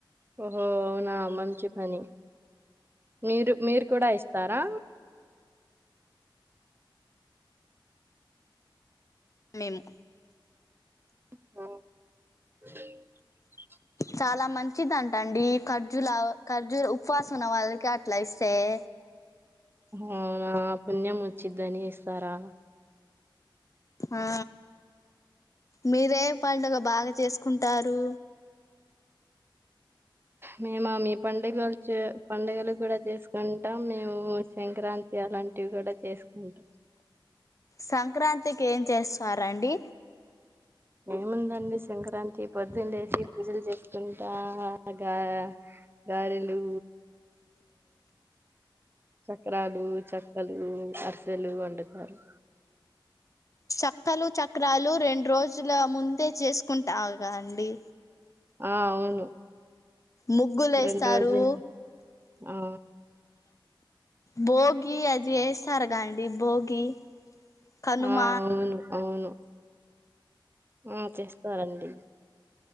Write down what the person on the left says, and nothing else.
మేము
చాలా మంచి మచ్చిదింట అండి. ఖర్జులు ఖర్జులు ఉపవాసం ఉన్న వాళ్ళకి అట్లా ఇస్తాయి.
ఆ మీరే పండుగగ బాగా చేసుకుంటారు
సంక్రాంతికి ఏం చేస్తారంండి
చక్కలు చక్రాలు రెండు రోజ్ రజుల ముందే చేసుకుంటాగా అండి
ముగ్గులు వేస్తారు
భోగి ఆది ఏస్ సరగా అండి భోగి కనుమ